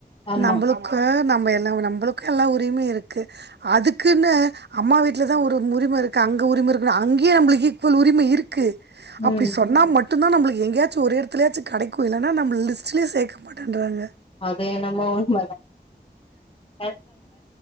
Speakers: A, on the left; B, on the right.
A: ஆமா
B: நம்மளுக்கு நம்ம எல்லா நம்மளுக்கு எல்லா உரிம இருக்கு அதுக்குன்னு அம்மா வீட்ல தா ஒரு உரிமை இருக்கா அங்க உரிமை இருக்குணு அங்கேயே நம்மளுக்கு ஈக்குவல் உரிமை இருக்கு அப்படி
A: ம்
B: சொன்னா மட் டு தா நம்மளுக்கு எங்கயாச்சு ஒரு இடத்துலயாச்சு கடைக்கு இல்லன்ன நம்மல லிஸ்டலே சேர்க்க மாட்டேன்றாங்க
A: அது என்னம்மோ உண்ம தா